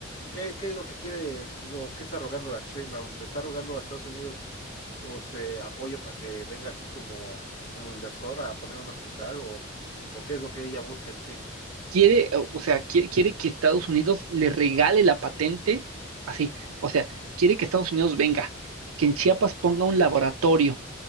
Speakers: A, on the left; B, on the right.
A: ¿qué, qué es lo que quiere o qué está rogando la Sheinbaum? ¿Le está rogando a Estados Unidos o este apoyo para que venga aquí como, como inversora a poner un hospital o, o qué es lo que ella busca en sí?
B: quiere, o sea, quiere, quiere que Estados Unidos le regale la patente, así, o sea, quiere que Estados Unidos venga, que en Chiapas ponga un laboratorio,